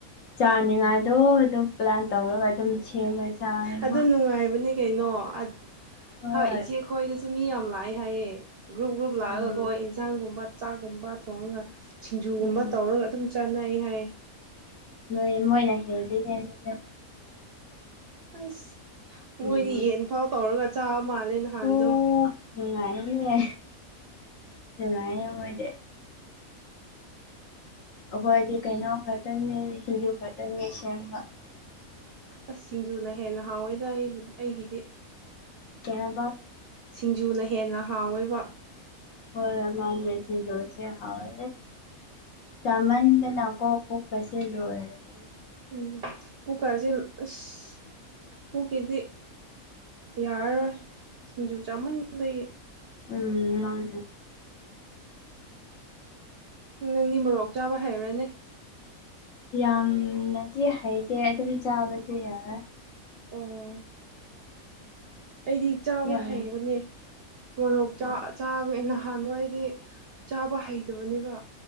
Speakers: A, on the left; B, on the right.
A: ꯆꯥꯅꯤꯉꯥꯏꯗꯣ ꯑꯗꯨꯝ ꯄ꯭ꯂꯥꯟ ꯇꯧꯔꯒ ꯑꯗꯨꯝ ꯁꯦꯝꯃ ꯆꯥꯏꯌꯦꯕ
B: ꯑꯗꯨ ꯅꯨꯡꯉꯥꯏꯕꯅꯦ ꯀꯩꯅꯣ ꯑꯗ
A: ꯍꯣꯏ
B: ꯍꯥ ꯏꯆꯦ ꯈꯣꯏꯗ ꯑꯗꯨꯨ ꯃꯤ ꯌꯥꯝ ꯂꯥꯛꯑꯦ ꯍꯥꯏꯌꯦ ꯒ꯭ꯔꯨꯞ ꯒ꯭ꯔꯨꯞ ꯂꯥꯛꯑꯒꯀꯣ
A: ꯎꯝ
B: ꯏꯟꯁꯥꯡꯒꯨꯝꯕ ꯆꯥꯛꯀꯨꯝꯕ ꯊꯣꯡꯉꯒ ꯁꯤꯡꯖꯨꯒꯨꯝꯕ
A: ꯎꯝ
B: ꯇꯧꯔꯒ ꯑꯗꯨꯝ ꯆꯥꯅꯩ ꯍꯥꯏ
A: ꯅꯣꯏ ꯃꯣꯏꯅ ꯍꯦꯜꯂꯤꯅꯦ ꯑꯗꯨ
B: ꯑꯁ ꯃꯣꯏꯅꯤ
A: ꯎꯝ
B: ꯌꯦꯟꯐꯥꯎ ꯇꯧꯔꯒ ꯆꯥꯕ ꯃꯥꯂꯦ ꯅꯍꯥꯟꯗꯣ
A: ꯑꯣ ꯅꯨꯡꯉꯥꯏꯔꯦꯅꯦ ꯅꯨꯡꯉꯥꯏꯌꯦ ꯃꯣꯏꯗꯤ ꯑꯩꯈꯣꯏꯗꯤ ꯀꯩꯩꯅꫭ ꯈꯛꯇꯅꯦ ꯁꯤꯡꯖꯨ ꯈꯛꯇꯅꯦ ꯁꯦꯝꯕ
B: ꯑꯁ ꯁꯤꯡꯖꯨꯅ ꯍꯦꯟꯅ ꯍꯥꯎꯋꯦꯗ ꯑꯩꯕꯨꯗꯤ ꯑꯩꯒꯤꯗꯤ
A: ꯀꯩ ꯍꯥꯏꯕ
B: ꯁꯤꯡꯖꯨꯅ ꯍꯦꯟꯅ ꯍꯥꯎꯋꯦꯕ
A: ꯍꯣꯏ ꯃꯥꯅꯦ ꯁꯤꯡꯖꯨꯁꯦ ꯍꯥꯎꯋꯦ ꯆꯃꯟꯗꯅꯀꯣ ꯄꯨꯛ ꯀꯁꯦ ꯂꫭꯏꯔꯕꯅꯦ
B: ꯎꯝ ꯄꯨꯛꯀꯥꯁꯦ ꯑꯁ ꯄꯨꯛꯀꯤꯗꯤ ꯌꯥꯔꯔꯣꯏ ꯁꯤꯡꯖꯨ ꯆꯥꯃꯟꯕꯒꯤ
A: ꯎꯝ ꯃꯥꯥꯟꯅꯦ
B: ꯅꯪꯗꯤ ꯃꯣꯔꯣꯛ ꯆꯥꯕ ꯍꯩꯔꫭꯏꯅ‌ꯦ
A: ꯌꯥꯝꯅꯗꯤ ꯍꯩꯇꯦ ꯑꯗꯨꯝ ꯆꯥꯕꯗꯤ ꯌꯥꯔꯦ
B: ꯑꯣ ꯑꯩꯗꯤ ꯆꯥꯕ
A: ꯌꯥꯔꯦ
B: ꯍꯩꯕꯅꯦ ꯃꯣꯔꯣꯛ ꯆꯥꯕ
A: ꯎꯝ
B: ꯆꯥꯕ ꯅ ꯍꯥꯟꯕꯋꯥꯏꯗꯤ ꯆꯥꯕ ꯍꯩꯇꯕꯅꯦꯕ